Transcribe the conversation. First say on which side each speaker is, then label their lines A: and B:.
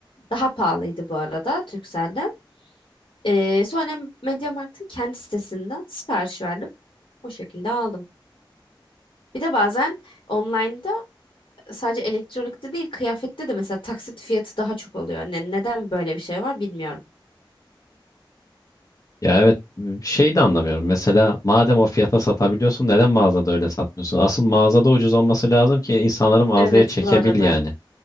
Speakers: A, on the left; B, on the left.
A: Daha pahalıydı bu arada Turkcell'den. Ee, sonra MediaMarkt'ın kendi sitesinden sipariş verdim. O şekilde aldım. Bir de bazen online'da sadece elektronikte değil kıyafette de mesela taksit fiyatı daha çok oluyor. Ne, neden böyle bir şey var bilmiyorum.
B: Ya evet şey de anlamıyorum. Mesela madem o fiyata satabiliyorsun neden mağazada öyle satmıyorsun? Asıl mağazada ucuz olması lazım ki insanları mağazaya
A: Evet
B: çekebil
A: bu arada.
B: yani.